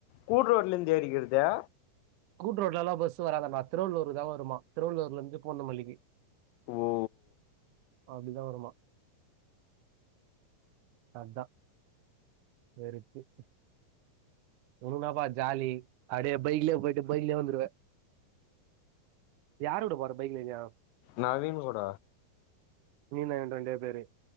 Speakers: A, on the left; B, on the right.
A: கூடு ரோட்ல இருந்து ஏறிக்கிறதா
B: கூட்டு் ரோட்ல எல்லா பஸு வராதாம்மா திருள்ளூர்க்குதா வருமா திருவள்ளூர்ல இருந்து பூந்த மல்லிக்கு
A: ஓ
B: அது என்ன வருமா அதா சேரி சிப் உனக்கு என்னப்பா ஜாலி அப்டியே பைக்லயே போயிட்டு பைக்லயே வந்துருவ யாரோட போற பைக்லயா
A: நவீன் கூட
B: நீ நா <unintelligible> கரு